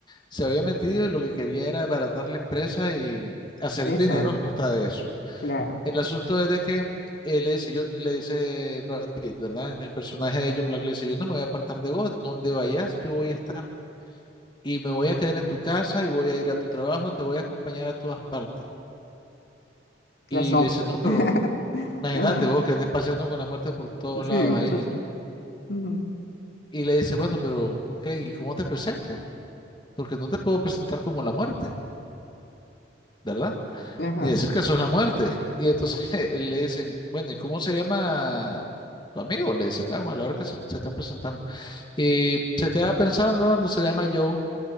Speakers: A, on the left; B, on the left.
A: se había metido y lo que quería era desbaratar la empresa y hacer
B: Exacto,
A: dinero a costa de eso.
B: claro.
A: El asunto es de que él le dice, yo, le dice Brad Pitt, ¿verdad? En el personaje de John Black le dice, yo no me voy a apartar de vos, donde vayas, yo voy a estar. y me voy a quedar en tu casa y voy a ir a tu trabajo, te voy a acompañar a todas partes. Y
B: La sombra.
A: le dice, no, pero
B: <laughs>
A: imagínate
B: Ajá.
A: vos que andes paseando con la muerte por todos
B: Sí,
A: lados
B: muchacho.
A: ahí, ¿no?
B: Ujú.
A: Y le dice, bueno, pero, ok, ¿y cómo te presento? Porque no te puedo presentar como la muerte, ¿verdad?
B: Ajá.
A: Ni decir que sos la muerte. Y entonces <laughs> él le dicen, bueno, ¿y cómo se llama tu amigo? Le dicen, ah, bueno, a la hora que se, se está presentando. Y se queda pensando, bueno, se llama Joe.